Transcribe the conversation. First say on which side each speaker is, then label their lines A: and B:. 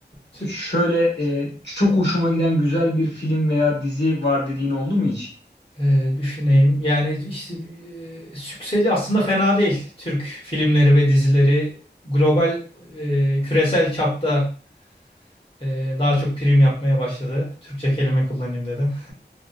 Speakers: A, on the left (about 30°); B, on the left (about 75°).
A: Türk
B: şöyle e, çok hoşuma giden güzel bir film veya dizi var dediğin oldu mu hiç?
A: Ee, düşüneyim. Yani işte, e, Sükseli aslında fena değil. Türk filmleri ve dizileri global, e, küresel çapta e, daha çok prim yapmaya başladı. Türkçe kelime kullanayım dedim.